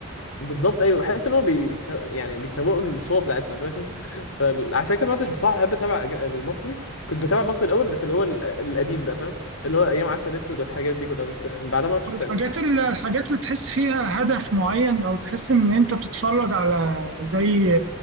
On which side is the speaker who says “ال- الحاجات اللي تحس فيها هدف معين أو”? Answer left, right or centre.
Right